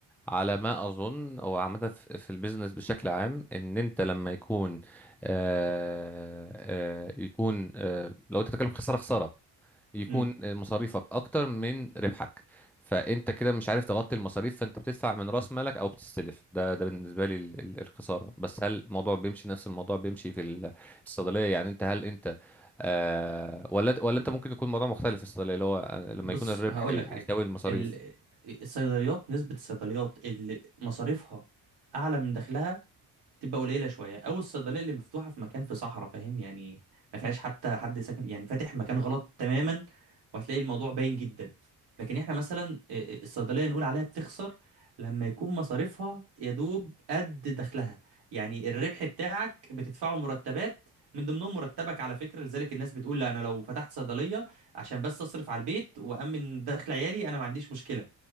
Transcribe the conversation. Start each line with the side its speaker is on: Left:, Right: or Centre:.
Centre: على ما اظن او عامه في في البيزنس بشكل عام ان انت لما يكون آه آه يكون آه لو انت بتتكلم خساره خساره يكون
Right: امم
Centre: مصاريفك اكتر من ربحك فانت كده مش عارف تغطي المصاريف فانت بتدفع من راس مالك او بتستلف ده ده بالنسبه لي ال- ال- الخساره بس هل الموضوع بيمشي نفس الموضوع بيمشي في ال- الصيدليه يعني انت هل انت آه ولا ولا انت ممكن يكون الموضوع مختلف في الصيدليه اللي هو لما
Right: بص
Centre: يكون الربح
Right: هقول
Centre: يساوي
Right: لك حاجه
Centre: المصاريف
Right: ال- الصيدليات نسبه الصيدليات اللي مصاريفها اعلى من دخلها تبقى قليله شويه او الصيدليه اللي مفتوحه في مكان في صحراء فاهم يعني ما فيهاش حتى حد ساكن يعني فاتح مكان غلط تماما وهتلاقي الموضوع باين جدا لكن احنا مثلا إيه، إيه، الصيدليه نقول عليها بتخسر لما يكون مصاريفها يا دوب قد دخلها يعني الربح بتاعك بتدفعه مرتبات من ضمنهم مرتبك على فكره لذلك الناس بتقول لا انا لو فتحت صيدليه عشان بس اصرف على البيت وامن دخل عيالي انا ما عنديش مشكله